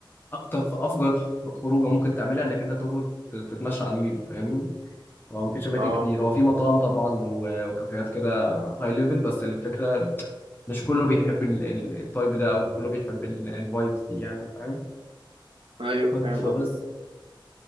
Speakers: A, on the left; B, on the right.
A: اكتر افجر خروجه ممكن تعملها انك انت تخرج ت- تتمشى على النيل فاهمني هو مفيش اماكن
B: اه
A: كتير هو في مطاعم طبعا و- وكافيهات كده هاي ليفل بس الفكره مش كله بيحب ال- ال- التايب ده او كله بيحب الفايبس دي يعني فاهم <laughs>
B: ايوه
A: ف-
B: فاهم
A: فبس
B: قصدك